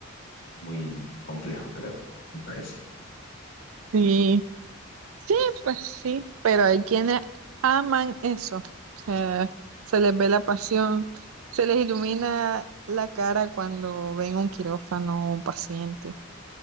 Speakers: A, on the left; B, on the right.
A: es muy complejo, creo, me parece.
B: Sí. Sí, pues sí, pero hay quienes aman eso. O sea, se les ve la pasión, se les ilumina la cara cuando ven un quirófano o un paciente.